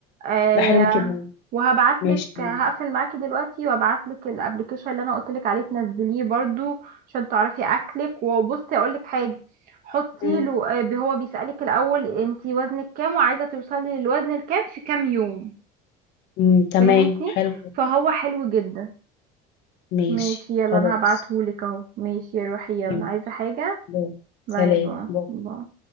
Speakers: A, on the right; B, on the left.
A: آه
B: ده حلو كده
A: وهبعتلك
B: ماشي تمام
A: هقفل معاكي دلوقتي وابعتلك الابلكيشن اللي انا قلتلك عليه تنزليه برضو عشان تعرفي اكلك وبصي اقولك حاجه حطي
B: مم.
A: له آه هو بيسالك الاول انتي وزنك كام وعايزه توصلي للوزن الكام في كام يوم
B: مم، تمام
A: فهمتي
B: حلو ده
A: فهو حلو جدا
B: ماشي
A: ماشي يلا
B: خلاص
A: انا هبعتهولك اهو ماشي روحي يلا
B: تمام.
A: عايزه حاجه
B: باي.
A: باي
B: سلام
A: باي
B: باي.
A: باي